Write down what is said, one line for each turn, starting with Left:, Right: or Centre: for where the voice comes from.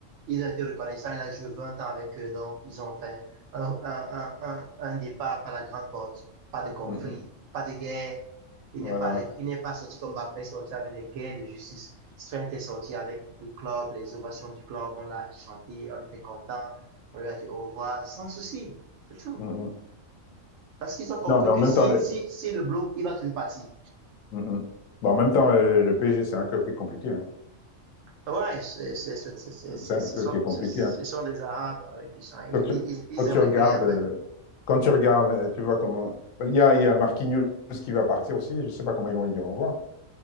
Right: Ils ont été reconnaissants. Il a joué 20 ans avec eux. Donc, ils ont fait un, un- un- un- un départ par la grande porte. Pas de conflit,
Left: Mm, mm,
Right: pas de guerre. Il
Left: Voilà.
Right: n'est pas, allé- il n'est pas sorti comme Mbappé, sorti avec des guerres de justice. Strength est sorti avec le club, les ovations du club. On l'a chanté, on était content. On lui a dit au revoir, sans souci. C'est tout.
Left: Mm, mm.
Right: Parce qu'ils ont compris
Left: Non, mais en
Right: que
Left: même
Right: si,
Left: temps, le,
Right: si, si le bloc, il va toujours partir.
Left: mm, mm. Bon, en même temps, euh, le PSG, c'est un club qui est compliqué. hein.
Right: Ouais, c'est c'est- c'est- c'est- c'est- c'est-
Left: C'est un
Right: ce
Left: club
Right: sont,
Left: qui est compliqué.
Right: ce ce
Left: hein.
Right: sont des Arabes avec des gens. Ils,
Left: Quand tu,
Right: ils- ils
Left: quand tu
Right: aiment
Left: regardes,
Right: les guerres, en
Left: euh,
Right: fait.
Left: quand tu regardes, euh, tu vois comment. Il y a, il y a Marquinhos qui va partir aussi. Je ne sais pas comment ils vont lui dire au revoir.